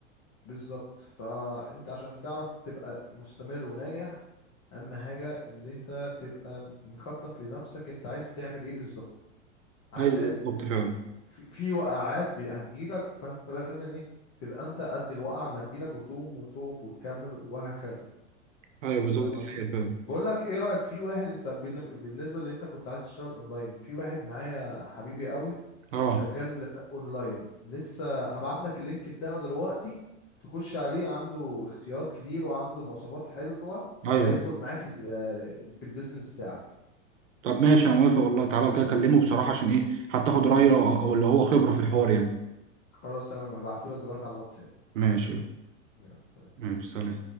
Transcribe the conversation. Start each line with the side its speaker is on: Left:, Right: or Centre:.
Left: بالظبط فأنت عشان تعرف تبقى مستمر وناجح أهم حاجة اللي انت تبقى مخطط لنفسك انت عايز تعمل ايه بالظبط عشان
Right: ايوه بالظبط
Left: يعني
Right: فعلا
Left: في في وقعات بي- هتجيلك فانت لازم ايه تبقى انت قد الوقعه اللي هتجيلك وتقوم وتقف وتكمل وهكذا
Right: ايوه بالظبط
Left: فاهم
Right: دي
Left: قصدي
Right: الحياه فعلا
Left: بقول لك ايه رايك في واحد انت بالن- بالنسبه اللي انت كنت عايز تشتغل اونلاين في واحد معايا حبيبي قوي
Right: اه
Left: شغال اونلاين لسه هبعت لك اللينك بتاعه دلوقتي تخش عليه عنده اختيارات كتير وعنده مواصفات حلوه
Right: ايوه
Left: هيظبط معاك ال- في البيزنس بتاعك
Right: طب ماشي انا موافق والله تعالى وكده اكلمه بصراحه عشان ايه حتى اخد رايه او أو اللي هو خبره في الحوار يعني
Left: خلاص تمام هبعته لك دلوقتي على الواتساب
Right: ماشي
Left: يلا سلام
Right: ماشي سلام